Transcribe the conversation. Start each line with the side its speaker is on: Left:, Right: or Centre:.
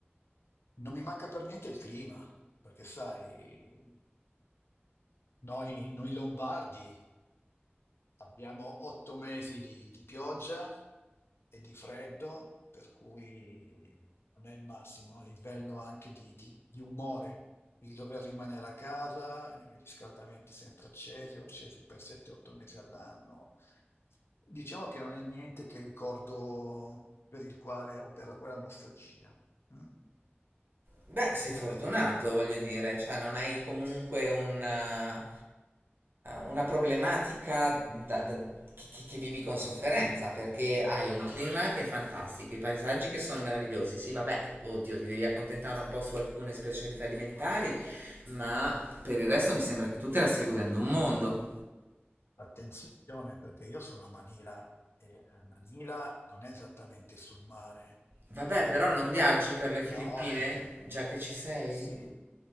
Left: Non mi manca per niente il clima, perché sai, noi, noi lombardi abbiamo otto mesi di, di pioggia e di freddo, per cui non è il massimo a livello anche di, di- di umore. Il dover rimanere a casa, i riscaldamenti sempre accesi, o accesi per 7-8 mesi all'anno. Diciamo che non è niente che ricordo per il quale o per la quale ho nostalgia. mm?
Right: Beh, sei fortunato,
Left: Eh,
Right: voglio dire, cioè non hai comunque un, eh, una problematica da- da- che, che- che vivi con sofferenza, perché hai un clima che è fantastico, i paesaggi che sono meravigliosi. Sì, vabbè, oddio, ti devi accontentare un po' su alcune specialità alimentari, ma per il resto mi sembra che tu te la stia godendo un mondo.
Left: Attenzione perché io sono a Manila e a Manila non è esattamente sul mare
Right: Vabbè,
Left: e
Right: però
Left: Manila
Right: non viaggi
Left: è
Right: per le
Left: caotica.
Right: Filippine, già che ci sei?
Left: Sì,